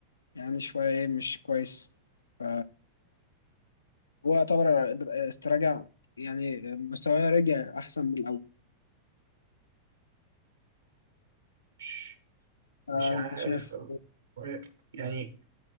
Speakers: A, on the left; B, on the right.
A: يعني شوية إيه مش كويس ف- هو يعتبر استرجع يعني مستواه رجع أحسن من الأول
B: مش
A: فأنت
B: مش عارف
A: شايف
B: أو- يعني